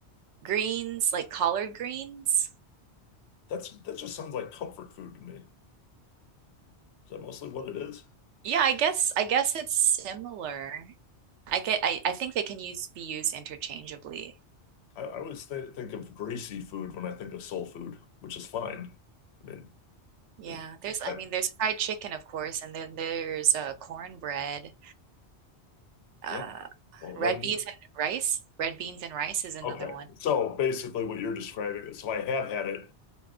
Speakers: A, on the right; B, on the left.
A: greens, like collard greens.
B: That's that just sounds like comfort food to me. Is that mostly what it is?
A: Yeah, I guess I guess it's similar. I get I, I think they can use be used interchangeably.
B: I, I always th think of greasy food when I think of soul food, which is fine. I mean,
A: Yeah,
B: uh,
A: there's I
B: I-
A: mean there's fried chicken of course and then there's uh cornbread, uh
B: yeah. Well,
A: red
B: then,
A: beans and rice. Red beans and rice is another
B: okay.
A: one.
B: So basically, what you're describing is, so I have had it.